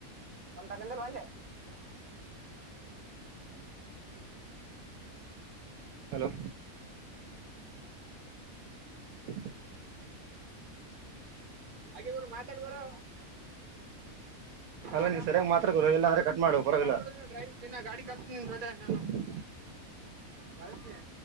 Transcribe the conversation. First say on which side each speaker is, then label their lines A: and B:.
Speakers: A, on the right; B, on the right.
A: ಒಂದ್ ತಗಲ್ ಒಂದೆ ಹ್ಮ.
B: <inaudible> ಹಲೋ. <inaudible>
A: ಹಾಗೆ ಗುರು ಮಾತಾಡ್ ಗುರು.
B: ಅಲ್ಲ
A: ಆರಾಮ
B: ನೀ ಸರಿಯಾಗಿ ಮಾತಾಡ್ ಗುರು ಇಲ್ಲ ಅಂದ್ರೆ ಕಟ್ ಮಾಡು ಪರವಾಗಿಲ್ಲ
A: ಬ್ಬಡು ಡ್ರೈವಿಂಗ್ ದಿನ ಗಾಡಿ ಕಲ್ಿಸತೀ ಜೊದೆ ನಾನು.
B: <inaudible>
A: ಕಳ್ಸನಿ